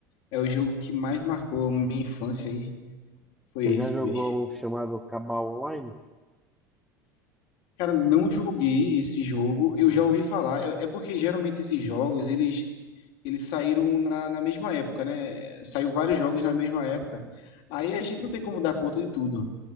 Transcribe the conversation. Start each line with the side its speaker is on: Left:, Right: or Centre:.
Left: é o jogo que mais marcou a minha infância aí. Foi
Centre: Você
Left: esse,
Centre: já jogou
Left: bicho.
Centre: um chamado Cabal Online?
Left: Cara, não joguei esse jogo, eu
Centre: Uhum.
Left: já ouvi falar. É é porque geralmente esses jogos, eles, eles saíram na, na mesma época, né? Saiu vários jogos na mesma época. Aí a gente não tem como dar conta de tudo.